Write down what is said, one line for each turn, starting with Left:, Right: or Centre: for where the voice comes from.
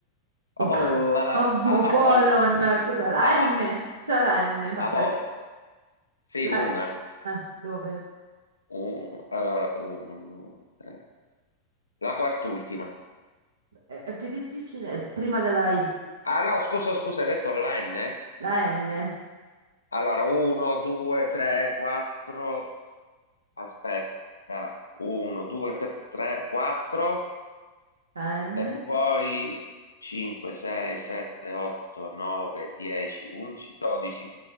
Right: op,
Left: Apol,
Right: <laughs>
Left: eh,
Right: op-
Left: a-
Right: opollon,
Left: Apol,
Right: cos'è? La
Left: Apa-
Right: N? C'è la N? No,
Left: Apol.
Right: qualche...
Left: Sì,
Right: La,
Left: una.
Right: eh, dove?
Left: Un- allora, 1, 2, 3. La quart'ultima.
Right: È, è più difficile, è prima della I.
Left: Ah no, scusa, scusa, hai detto la N?
Right: La N,
Left: Allora, 1, 2, 3, 4. Aspetta. 1, 2, 3, 4.
Right: la N,
Left: E poi 5, 6, 7, 8, 9, 10, 11, 12.